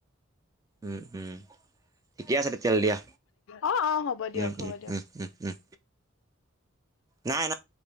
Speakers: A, on the right (about 15°); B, on the left (about 65°).
A: উম উম ঠিকে আছে। খেল দিয়া।
B: অ' অ' হ'ব দিয়ক
A: উম,
B: হ'ব দিয়ক
A: উম, উম, উম। নাই নাই